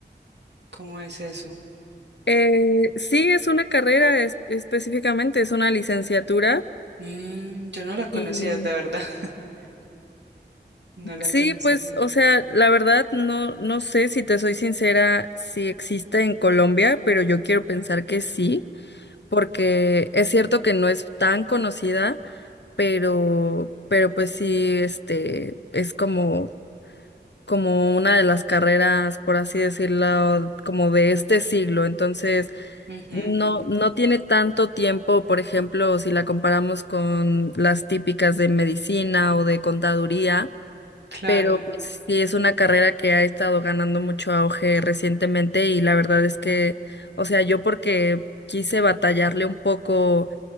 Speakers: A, on the right (about 70°); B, on the left (about 70°).
A: cómo es eso?
B: Eh, sí, es una carrera es- específicamente, es una licenciatura.
A: Mm, yo no la conocía,
B: y
A: de verdad, <laughs> no la
B: Sí,
A: conocía
B: pues,
A: acá.
B: o sea, la verdad no, no sé si te soy sincera si existe en Colombia, pero yo quiero pensar que sí, porque es cierto que no es tan conocida, pero, pero pues sí, este, es como, como una de las carreras, por así decirlo, como de este siglo. Entonces,
A: Ujú,
B: no, no tiene tanto tiempo, por ejemplo, si la comparamos con las típicas de medicina o de contaduría
A: claro.
B: pero pues, sí es una carrera que ha estado ganando mucho auge recientemente y la verdad es que, o sea, yo porque quise batallarle un poco